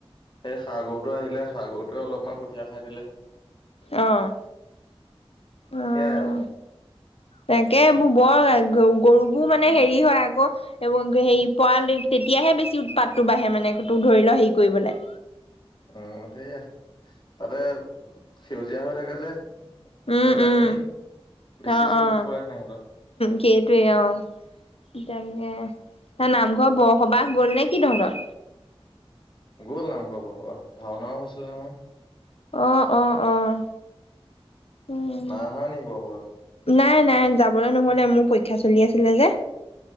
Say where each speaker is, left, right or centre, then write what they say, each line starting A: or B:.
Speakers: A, on the left (about 50°); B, on the left (about 70°).
A: সেই সাৰ গৰুটো আহিলে সাৰ গৰুটোৱে অলপমান কঠিয়া। সেইয়া‌ খাই দিলে
B: অ', অ',
A: সেয়াই আৰু
B: তাকেই এইবোৰ বৰ গ গৰুবোৰ মানে হেৰি হয় আকৌ এইবোৰ হেৰি পোৱালি তেতিয়াহে বেছি উৎপাতটো বাঢ়ে মানে ত ধৰি ল হেৰি কৰিবলৈ।
A: উম সেইয়াই ততে সেউজিয়া <unintelligible> হৈ থাকে যে
B: উম,
A: কঠীয়া
B: উম,
A: খিনি বেছি
B: অ',
A: চকুত
B: অ',
A: পৰে সিহঁতৰ
B: সেইটোৱে অ'। <unintelligible> নাম বৰসবাহ গ'ল নেকি তহঁতৰ?
A: গ'ল নামঘৰ বৰসবাহ ভাওনাও হৈছিল নহয়
B: অ' অ' অ' উম
A: নাই অহা নি বৰসবাহত?
B: নাই নাই যাবলৈ নহ'লে মোৰ পৰীক্ষা চলি আছিলে যে,